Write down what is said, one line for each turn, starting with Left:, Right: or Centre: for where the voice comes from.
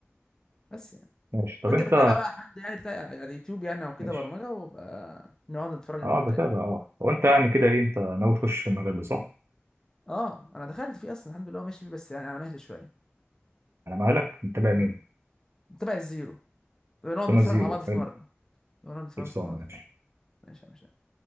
Left: بس يعني
Right: ماشي طب
Left: لو انت
Right: أنت
Left: بتتابع بقى حد يعني بتاع يعني يوتيوب يعني او كده
Right: ماشي
Left: برمجه وبقى نقعد نتفرج انا
Right: اه
Left: وانت
Right: بتابع
Left: يعني.
Right: اه هو أنت يعني كده ايه أنت ناوي تخش في المجال ده صح؟
Left: اه انا دخلت فيه اصلا الحمد لله هو ماشي فيه بس يعني على مهل شويه
Right: انا مالك متابع
Left: امم
Right: مين؟
Left: متابع الزيرو نقعد
Right: سونا
Left: نتفرج
Right: زيرو
Left: مع بعض في
Right: حلو
Left: مره نقعد نتفرج
Right: خلصانه
Left: مع بعض
Right: ماشي
Left: في مره ماشي ماشي